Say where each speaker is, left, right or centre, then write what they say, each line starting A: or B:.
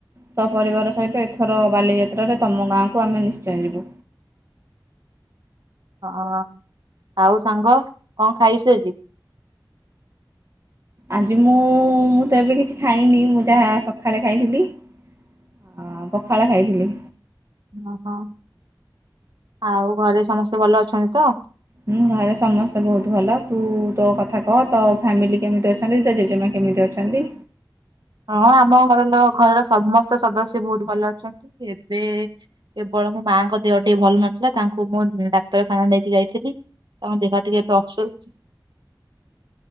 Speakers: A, on the right (about 35°); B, on the right (about 65°).
A: ସପରିବାର ସ ସହିତ ଏଥର ବାଲିଯାତ୍ରାରେ ତୋମ ଗାଁକୁ ଆମେ ନିଶ୍ଚୟ ଯିବୁ।
B: ହଁ ଆଉ ସାଙ୍ଗ କଣ ଖାଇସୁ ଆଜି?
A: ଆଜି ମୁଁ ମୁଁ ତ ଏବେ କିଛି ଖାଇନି ମୁଁ ଯାହା ସଖାଳେ ଖାଇଥିଲି ଆ, ପଖାଳ ଖାଇଥିଲି।
B: ଓହୋ ଆଉ ଘରେ ସମସ୍ତେ ଭଲ ଅଛନ୍ତି ତ?
A: ହୁଁ ଘରେ ସମସ୍ତେ ବହୁତ ଭଲ, ତୁ ତୋ କଥା କହ ତୋ ଫ୍ୟାମିଲି କେମିତି ଅଛନ୍ତି?
B: ହଁ ଆମ ଘର ଲୋ ଘରର ସମସ୍ତ ସଦସ୍ୟ ବହୁତ ଭଲ ଅଛନ୍ତି। ଏବେ କେବଳ ମୋ ମାଙ୍କ ଦେହ ଟିକେ ଭଲ ନଥିଲା ତାଙ୍କୁ ମୁଁ ଡାକ୍ତରଖାନା ନେଇକି ଯାଇଥିଲି, ତାଙ୍କ ଦେହ ଟିକେ ଏବେ ଅସୁସ୍